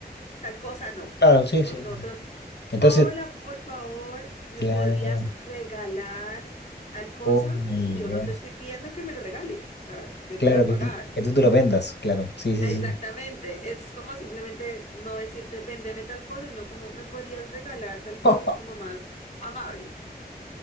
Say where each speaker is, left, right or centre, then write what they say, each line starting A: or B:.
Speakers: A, on the left; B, on the left.
A: tal cosa, no.
B: Claro, sí,
A: Nosotros,
B: sí, sí. sí. Entonces,
A: hola, por favor, ¿me
B: claro,
A: podrías regalar tal cosa?
B: oh my
A: Y yo
B: God.
A: no te estoy pidiendo que me lo regales, o sea, yo
B: Claro,
A: te voy a
B: que
A: pagar.
B: tú, que tú
A: <laughs>
B: te lo vendas, claro. Sí, sí,
A: Exactamente,
B: sí.
A: es como simplemente no decirte, vendeme tal cosa, y no como, ¿me podrías regalar tal cosa?
B: <laughs>
A: Es como más amable.